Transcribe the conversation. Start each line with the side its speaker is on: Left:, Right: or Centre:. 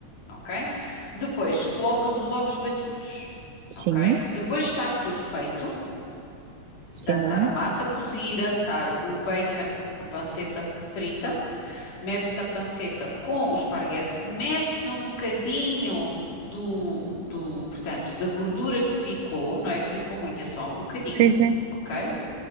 Left: ok? Depois colocas os ovos batidos,
Right: Sim,
Left: ok? Depois de estar tudo feito, portanto,
Right: sim.
Left: estar a massa cozida, estar o bacon, a panceta frita, metes a panceta com o esparguete, metes um bocadinho do, do, portanto, da gordura que ficou, não é preciso pôr muito, é só um bocadinho,
Right: Sim, sim.
Left: ok?